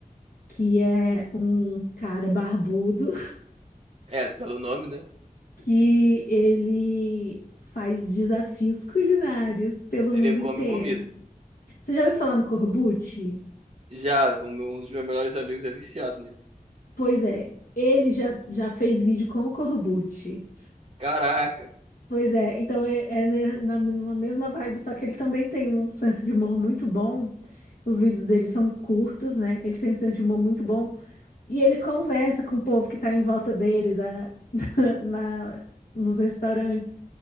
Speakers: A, on the left; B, on the right.
A: que é um cara barbudo
B: é, pelo nome, né?
A: que ele faz desafios culinários pelo
B: Ele
A: mundo
B: come
A: inteiro.
B: comida.
A: Você já ouviu falar no Corbucci?
B: Já, um um dos meus melhores amigos é viciado nisso.
A: Pois é, ele já, já fez vídeo com o Corbucci.
B: Caraca.
A: Pois é, então é, é ne- na, na mesma vibe, só que ele também tem um senso de humor muito bom. Os vídeos dele são curtos, né? Ele tem um senso de humor muito bom. E ele conversa com o povo que tá em volta dele, da, <laughs> na, nos restaurantes.